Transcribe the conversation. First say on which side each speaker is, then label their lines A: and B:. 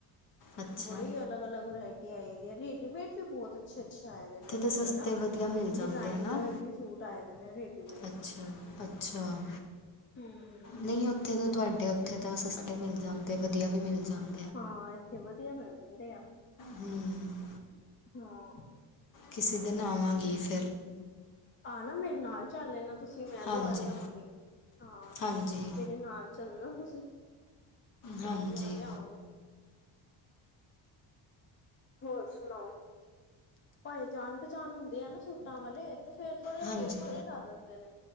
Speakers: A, on the left; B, on the left.
A: ਅੱਛਾ
B: ਬੜੇ ਈ ਅਲੱਗ-ਅਲੱਗ ਵਰਾਇਟ ਆਏ ਦੇ ਆ ਰੇਡੀਮੇਡ ਵੀ ਬੋਤ ਅੱਛਾ-ਅੱਛਾ ਆਏ ਦੇ ਨੇ ਇੱਥੇ
A: ਤਾਂ ਸਸਤੇ
B: ਹਨਾ,
A: ਵਧੀਆ ਮਿਲ
B: ਡਿਜ਼ਾਇਨਰ
A: ਜਾਂਦੇ ਆ ਨਾ
B: ਵੀ ਸੂਟ ਆਏ ਦੇ ਨੇ ਰੇਡੀਮੇਡ।
A: ਅੱਛਾ ਅੱਛਾ।
B: ਹਮ
A: ਨਈ ਉੱਥੇ ਤਾ ਤੁਹਾਡੇ ਉੱਥੇ ਤਾ ਸਸਤੇ ਮਿਲ ਜਾਂਦੇ ਵਧੀਆ ਵੀ ਮਿਲ ਜਾਂਦ
B: ਹਾਂ ਇੱਥੇ ਵਧੀਆ ਮਿਲ ਜਾਂਦੇ ਆ।
A: ਹਮ
B: ਹਾਂ।
A: ਕਿਸੀ ਦਿਨ ਆਵਾਂਗੀ ਫ
B: ਆਨਾ ਮੇਰੇ ਨਾਲ ਚੱਲ ਲੈਣਾ ਤੁਸੀ ਮੈਂ ਦੁਆ
A: ਹਾਂਜੀ
B: ਲਿਆਵਾਂਗੀ। ਹਾਂ
A: ਹਾਂਜੀ
B: ਮੇਰੇ ਨਾਲ ਚੱਲਣਾ ਤੁਸੀਂ,
A: ਹਾਂਜੀ
B: ਮੈਂ ਦੁਆ ਲਿਆਵਗ ਹੋਰ ਸੁਣਾਓ? ਭਾਈ ਜਾਣ ਪਚਾਣ ਹੁੰਦੇ ਆ ਨਾ ਸੂਟਾ ਵਾਲੇ ਤੇ ਫੇਰ ਥੋੜੇ
A: ਹਾਂਜੀ
B: ਰੇਟ ਸਈ ਲਾ ਦਿੰਦੇ ਨੇ।